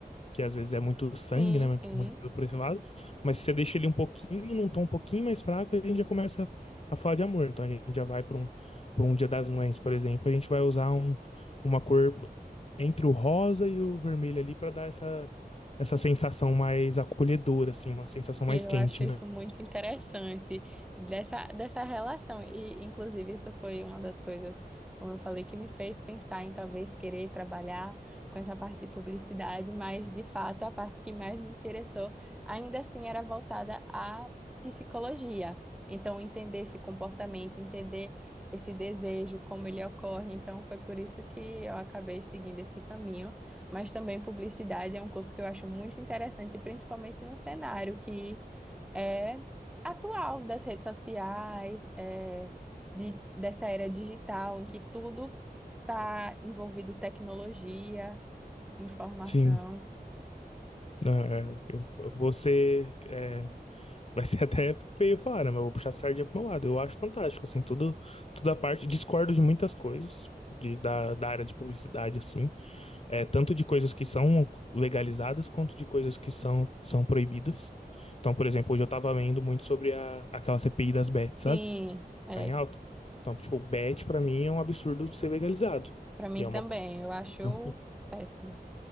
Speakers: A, on the left; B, in the centre.
A: que às vezes é muito sangue,
B: Sim,
A: né? Muito,
B: sim.
A: muito por esse lado. Mas se você deixa ele um pouquinho, num tom um pouquinho mais fraco, a gente já começa a falar de amor. Então a gente já vai para um, para um Dia das Mães, por exemplo. A gente vai usar um, uma cor entre o rosa e o vermelho ali para dar essa, essa sensação mais acolhedora, assim, uma sensação
B: E
A: mais
B: eu
A: quente,
B: acho isso
A: né?
B: muito interessante, dessa, dessa relação. E, inclusive, isso foi uma das coisas, como eu falei, que me fez pensar em talvez querer trabalhar com essa parte de publicidade, mas, de fato, a parte que mais me interessou, ainda assim, era voltada à psicologia. Então, entender esse comportamento, entender esse desejo, como ele ocorre. Então, foi por isso que eu acabei seguindo esse caminho. Mas também publicidade é um curso que eu acho muito interessante, principalmente no cenário que é atual das redes sociais, é, de, dessa era digital em que tudo está envolvido tecnologia, informação.
A: Sim. É, eu, você. é, Vai ser <laughs> até feio falar, né? Mas eu vou puxar a sardinha pro meu lado. Eu acho fantástico, assim, tudo, toda a parte. Discordo de muitas coisas de, da, da área de publicidade, assim. É, tanto de coisas que são legalizadas, quanto de coisas que são, são proibidas. Então, por exemplo, hoje eu tava lendo muito sobre a, aquela CPI das bets, sabe?
B: Sim, é,
A: Tá em alta. Então, tipo, bet pra mim é um absurdo ser legalizado.
B: para mim
A: E é uma.
B: também, eu acho
A: <laughs>
B: péssimo.